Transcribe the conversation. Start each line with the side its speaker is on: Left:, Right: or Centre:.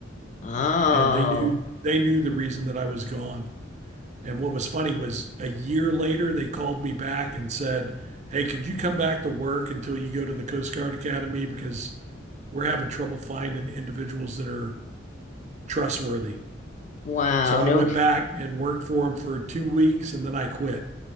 Left: Oh.
Right: And they knew they knew the reason that I was gone. And what was funny was a year later, they called me back and said, Hey, could you come back to work until you go to the Coast Guard Academy? Because we're having trouble finding individuals that are trustworthy.
Left: Wow.
Right: So I
Left: No,
Right: went back and worked for them for two weeks and then I quit.